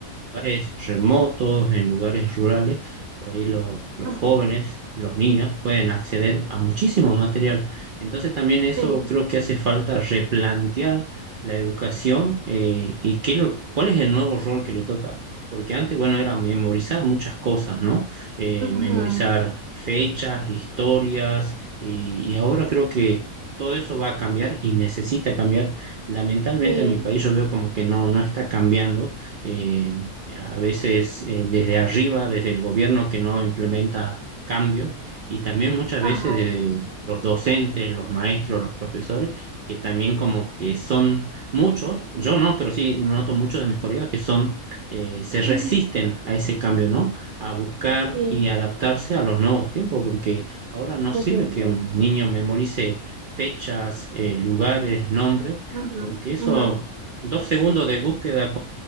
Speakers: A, on the right; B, on the right.
A: lugares remotos, en lugares rurales, por ahí lo- los
B: Ujú,
A: jóvenes, los niños pueden acceder a muchísimo material. Entonces también eso
B: Sí.
A: creo que hace falta replantear la educación eh, y qué lo, cuál es el nuevo rol que le toca. Porque antes, bueno, era memorizar muchas cosas, ¿no? Eh,
B: Ujú,
A: memorizar fechas, historias, y, y ahora creo que todo eso va a cambiar y necesita cambiar. Lamentablemente
B: Sí,
A: en mi país yo veo como que no, no está cambiando. Eh, a veces eh, desde arriba, desde el gobierno que no implementa cambios, y también muchas
B: ajá,
A: veces de los docentes, los maestros, los profesores, que también como que son muchos, yo no, pero sí noto muchos de mis colegas que son, eh, se resisten
B: ujú,
A: a ese cambio, ¿no? A buscar
B: sí,
A: y adaptarse a los nuevos tiempos, porque ahora no
B: definitivamente.
A: sirve que un niño memorice fechas, eh, lugares, nombres,
B: Ujú,
A: porque eso...
B: ujú,
A: Dos segundos de búsqueda